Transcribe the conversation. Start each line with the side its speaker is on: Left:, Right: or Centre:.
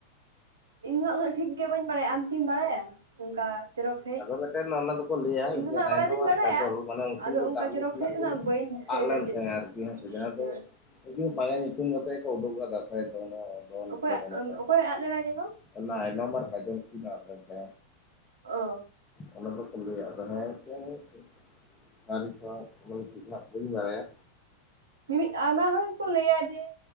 Right: ᱤᱧᱦᱚ ᱩᱱᱟᱹᱜ ᱴᱷᱤᱠ ᱜᱮ ᱵᱟᱹᱧ ᱵᱟᱲᱟᱭᱟ ᱟᱢ ᱠᱤᱢ ᱵᱟᱲᱟᱭᱟ? ᱚᱱᱠᱟ ᱪᱚᱨᱚᱠ ᱥᱟᱺᱦᱤᱡ?
Left: ᱟᱫᱚ ᱢᱮᱫᱴᱮᱱ ᱚᱱᱟ ᱫᱚᱠᱚ ᱞᱟᱹᱭᱟ
Right: ᱤᱧ
Left: ᱡᱮ
Right: ᱫᱚ ᱱᱟᱜ
Left: ᱟᱭᱱᱚᱢ
Right: ᱵᱟᱲᱟᱭ ᱫᱩᱧ
Left: ᱟᱨ
Right: ᱵᱟᱲᱟᱭᱟ
Left: ᱠᱟᱡᱚᱞ ᱢᱟᱱᱮ ᱩᱱᱠᱤᱱ
Right: ᱟᱫᱚ
Left: ᱫᱚ
Right: ᱚᱱᱠᱟ
Left: ᱫᱟᱜ
Right: ᱪᱚᱨᱚᱠ
Left: ᱞᱩ ᱠᱷᱚᱱᱟᱜ
Right: ᱥᱟᱺᱦᱤᱡ ᱫᱚ
Left: ᱠᱤᱱ
Right: ᱱᱟᱜ ᱵᱟᱹᱧ ᱫᱤᱥᱟᱹᱭᱮᱫᱟ
Left: ᱟᱫ ᱞᱮᱱ
Right: ᱪᱮᱫ
Left: ᱛᱟᱦᱮᱸ ᱟᱨᱠᱤ ᱦᱮ ᱥᱮ ᱡᱟᱦᱟᱸ
Right: ᱦᱮᱸ
Left: ᱫᱚ ᱤᱱᱟᱹ ᱵᱟᱨᱭᱟ ᱧᱩᱛᱩᱢ ᱠᱟᱛᱮᱜ ᱜᱮ ᱠᱚ ᱩᱰᱩᱠᱚᱜᱼᱟ, ᱫᱟᱸᱥᱟᱭ ᱫᱚ, ᱫᱚᱱ
Right: ᱚᱠᱚᱭᱟᱜ
Left: ᱮᱱᱮᱡ ᱟᱨᱠᱤ
Right: ᱚᱠᱚᱭ ᱟᱫ ᱞᱮᱱᱟ ᱡᱮ ᱦᱚᱸ
Left: ᱮ ᱟᱭᱱᱚᱢ ᱟᱨ ᱠᱟᱡᱽᱞ ᱢᱟᱨᱟᱝ ᱠᱟᱡᱮᱱᱥᱤ ᱥᱮ
Right: ᱚ
Left: ᱚᱱᱟ ᱫᱚᱠᱚ ᱞᱟᱹᱭᱟ ᱟᱫᱚ ᱦᱮᱸ <unintelligible> ᱫᱟᱨᱤ ᱠᱚ <unintelligible> ᱪᱮᱫ ᱱᱟᱜ ᱵᱟᱹᱧ ᱵᱟᱲᱟᱭᱟ
Right: ᱢᱤᱫ ᱟᱭᱢᱟ ᱦᱚᱲ ᱠᱚ ᱞᱟᱹᱭᱟ ᱡᱮ